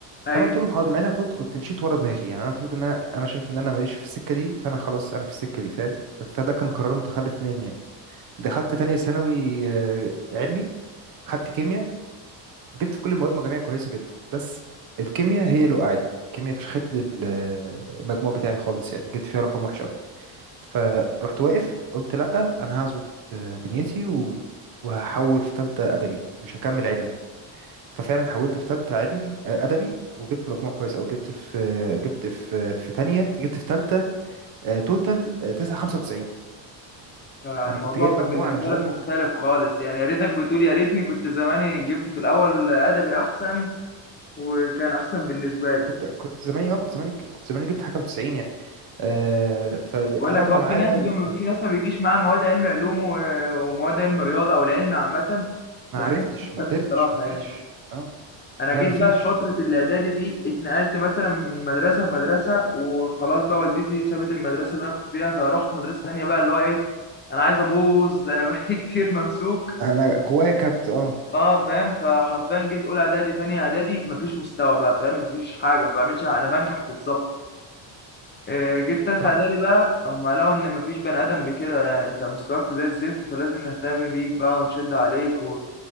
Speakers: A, on the left; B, on the right.
A: ايوه
B: فانا قلت لهم حاضر مع اني المفروض كنت مشيت ورا دماغي يعني انا المفروض ان انا انا شايف ان انا ماليش في السكه دي فانا خلاص انا في السكه دي فاهم بس ده كان قرار متخلف مني يعني دخلت تانية ثانوي آه، علمي خدت كيمياء جبت في كل المواد مجاميع كويسه جدا بس الكيمياء هي اللي وقعتني الكيمياء فشخت لي ال- آه، المجموع بتاعي خالص يعني جبت فيها رقم وحش قوي فرحت واقف قلت لا انا هظبط آه، دنيتي و... وهحول في تالتة ادبي مش هكمل علمي ففعلا حولت في تالتة علمي آه، أدبي وجبت مجموع كويس أو جبت في جبت في في تانية جبت في تالتة آه، توتال آه، تسعة خمسة وتسعين
A: الموضوع
B: أنا كنت جايب
A: كان
B: مجموع
A: بالنسبة
B: أنا مش هقول
A: لك مختلف
B: لك
A: خالص يعني يا ريتك بتقول يا ريتني كنت زماني جبت في الأول أدبي أحسن وكان أحسن بالنسبة لي
B: كنت كنت زماني أه كنت زماني كنت زماني جبت حاجة وتسعين يعني أه
A: بقول
B: فرفع
A: لك هو
B: معايا
A: في ناس
B: بقى
A: بي-
B: ال-
A: في ناس ما بيجيش معاها مواد علم علوم و- ومواد علم رياضة أو العلم عامة
B: ما
A: بس
B: عرفتش
A: أنا شفتك
B: ما قدرتش
A: الصراحة
B: ما فيش
A: يعني
B: أه
A: أنا
B: لا
A: جيت
B: ما فيش
A: بقى في فترة الإعدادي دي اتنقلت مثلا من مدرسة لمدرسة وخلاص بقى والدتي سابت المدرسة اللي أنا كنت فيها فرحت مدرسة تانية بقى اللي هو إيه أنا عايز أبوظ أنا بقالي <laughs> كتير ممسوك
B: أنا جوايا كبت أه
A: اه فاهم فحرفيا جيت اولى اعدادي تانية اعدادي مفيش مستوى بقى فاهم مفيش حاجه ما بعملش انا بنجح بالظبط آه، جيت تالتة
B: صح
A: اعدادي بقى هم لقوا ان مفيش بني ادم بكده يعني انت مستواك زي الزفت فلازم نهتم بيك بقى ونشد عليك و...